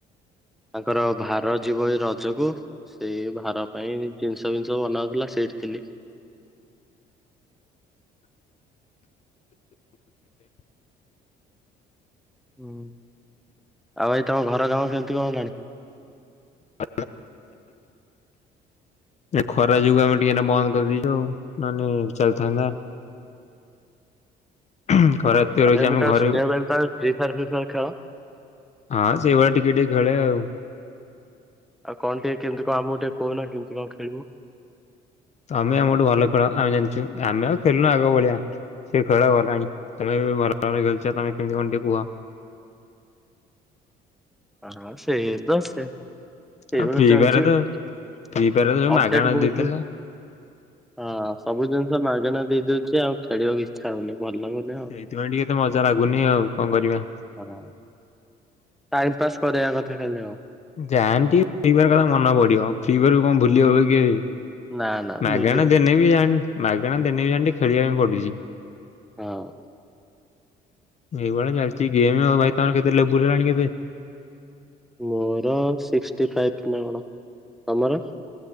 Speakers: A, in the centre; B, on the left (about 40°).
A: ତାଙ୍କର ଭାର ଯିବ ଏଇ ରଜକୁ ସେଇ ଭାର ପାଇଁ ଜିନିଷ ଫିନିଷ ବନାଉଥିଲା ସେଇଠି ଥିଲି। ହୁଁ, ଆଉ ଭାଇ ତମ ଘର କାମ କେମିତି କଣ ହେଲାଣି?
B: <unintelligible> ଏ ଖରା ଯୋଗୁ ଆମେ ଟିକେ ଏଇନା ବନ୍ଦ କରିଦେଇଛୁ ନେହେଲେ ଚାଲିଥାନ୍ତା। ହୁଁ, ଖରା ଏତେ
A: ଆ
B: ରହୁଛି
A: ଭାଇ
B: ଆମେ
A: ମୁଁ କା
B: ଘରେ
A: ଶୁଣିବା ବ ତେ ଫି ଫାର୍ ଫି ଫାର୍ ଖେଳ?
B: ହଁ ସେଇଭଳିଆ ଟିକେ ଟିକେ ଖେଳେ ଆଉ।
A: ଆଉ କଣ ଟିକେ କେମିତି କଣ ଆମକୁ ଟିକେ କହୁ ନା କେମିତି କଣ ଖେଳିବୁ?
B: ତମେ ଆମ ଠୁ ଭଲ ଖେଳ ଆମେ ଜାଣିଛୁ ଆମେ ଆଉ ଖେଲୁନୁ ଆଗ ଭଳିଆ ସେ ଖେଳ ଗଲାଣି। ତମେ ଏବେ <unintelligible> ତମେ କେମିତି କଣ ଟିକେ କୁହ?
A: ହଁ ସେଇ ତେ ସେ ସେଇଭଳି
B: ଆଉ ଫ୍ରି
A: ଚାଲିଛି
B: ଫାୟାର
A: ଆଉ
B: ତ ଫ୍ରି ଫାୟାର ତ ସବୁ
A: ଅପଡେଟ
B: ମାଗଣା
A: ବହୁ।
B: ଦେଇଦେଲେ।
A: <unintelligible> ହଁ ସବୁ ଜିନିଷ ମାଗଣା ଦେଇଦଉଛି ଆଉ ଖେଳିବାକୁ ଇଚ୍ଛା ହଉନି ଭଲ ଲାଗୁନି। ଆଉ।
B: ସେଇଥିପାଇଁ ଟିକେ ତ ମଜା ଲାଗୁନି ଆଉ କଣ କରିବା।
A: ହଁ। ଟାଇମ ପାସ୍ କରିବା କଥା ଟା ହେଲେ ଆଉ।
B: ଯାଆନ୍ତି ଫରିବାର କଥା ମନେ ପଡିବ ଫିଇିବକୁ କଣ ଭୁଲି ହବ କିଏ।
A: ନା ନା
B: ମାଗଣା
A: ଭୁଲିବନି
B: ଦେନେ ବି ଜାଣି ମାଗଣା ଦେନେବ ଜାଣିେ ଖେଳିବା ପାଇଁ ପଡୁଛି।
A: ହଁ।
B: ଏଇଭଳିଆ ଚାଲିଛି ଗେମ୍ ଭାଇ ତମର କେତେ ଲେବୁଲ ହେଲାଣି କେତେ?
A: ମୋର ସିକ୍ଟି ଫାଇଭ ନା କଣ ତମର?